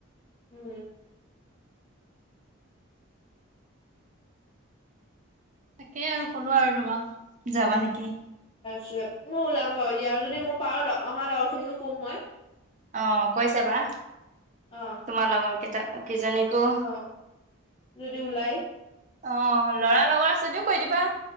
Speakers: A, on the left; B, on the right.
A: উম।
B: তাকেই আৰু কলো আৰু তোমাক, যাবা নেকি?
A: চো, মই ওলাম বাৰু দিয়া আৰু যদি মোৰ পাৰো আমাৰ লগৰ খিনিকো কম মই।
B: অ কৈছে বা
A: অ',
B: তোমাৰ লগৰ কেইটা। কেইজনীকো
A: অ' যদি ওলাই
B: অ লৰা লগৰ আছে যদিও কৈ দিবা।